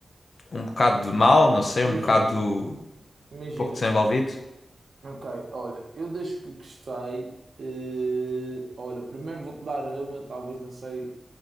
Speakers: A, on the left; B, on the right.
A: um bocado
B: Hum,
A: mau, não sei,
B: Imagina-me,
A: um bocado
B: imagina-me.
A: pouco desenvolvido.
B: Ok, olha, eu desde que gostei, eh, olha, primeiro vou-te dar uma, talvez não sei